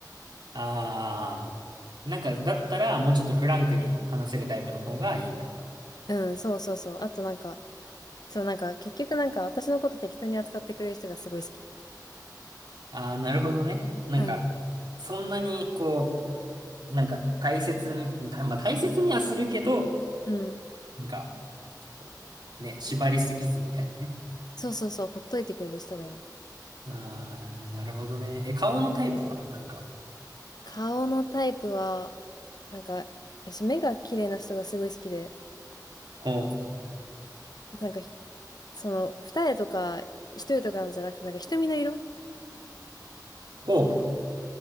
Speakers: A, on the right (about 80°); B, on the left (about 65°).
A: ああ。なんか、だったら、もうちょっとフランクに話せるタイプの方がいいんだ。
B: うん、そうそうそう。あとなんか、そう、なんか結局なんか私のこと適当に扱ってくれる人がすごい好き。
A: ああ、なるほどね。なんか、
B: うん。
A: そんなに、こう、なんか、大切に、た、まあ、大切にはするけど、
B: うん。
A: なんか、こうね、縛りすぎずみたいなね。
B: そうそうそう、ほっといてくれる人がいいの。
A: ああ、なるほどね。え、顔のタイプは、なんか、
B: 顔のタイプは、なんか、私目が綺麗な人がすごい好きで、
A: ほう、
B: なんかひ、その、二重とか一重とかのじゃなくて、なんか瞳の色
A: おう、